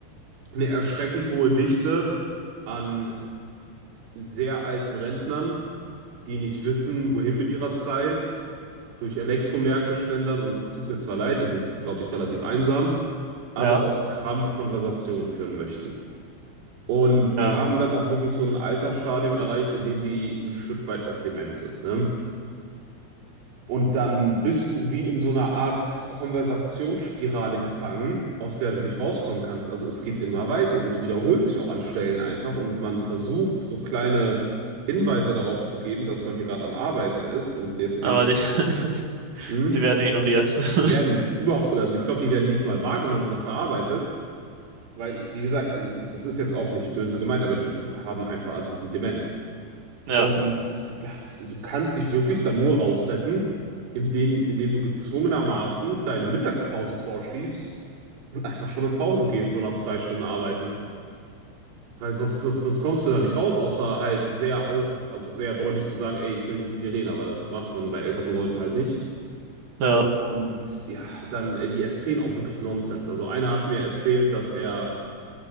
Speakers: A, on the right; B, on the right.
A: eine erschreckend hohe Dichte an sehr alten Rentnern, die nicht wissen, wohin mit ihrer Zeit durch Elektromärkte schlendern und es tut mir zwar leid, die sind, glaube ich, relativ einsam, aber
B: ja,
A: auf Krampf Konversationen führen möchten. Und die
B: ja.
A: haben dann auch wirklich so ein Altersstadium erreicht, in dem die ein Stück weit auch dement sind, ne? Und dann bist du wie in so einer Art Konversationsspirale gefangen, aus der du nicht rauskommen kannst. Also es geht immer weiter und es wiederholt sich auch an Stellen einfach und man versucht so kleine Hinweise darauf zu geben, dass man hier gerade am Arbeiten ist und jetzt
B: Aber
A: nicht,
B: die, <laughs>
A: hm?
B: die werden ignoriert. <laughs>
A: Die werden überhaupt, also ich glaube, die werden nicht mal wahrgenommen oder verarbeitet, weil ich, wie gesagt, also das ist jetzt auch nicht böse gemeint, aber die haben einfach diesen Dement.
B: Ja,
A: Und das, du kannst dich wirklich dann nur rausretten, indem, indem du gezwungenermaßen deine Mittagspause vorschiebst und einfach schon in Pause gehst, so nach zwei Stunden arbeiten. Weil sonst, sonst, sonst kommst du da nicht raus, außer halt sehr auf, also sehr deutlich zu sagen, ey, ich will nicht mit dir reden, aber das macht man bei älteren Leuten halt nicht.
B: ja,
A: Und ja, dann, äh, die erzählen auch wirklich Nonsens. Also einer hat mir erzählt, dass er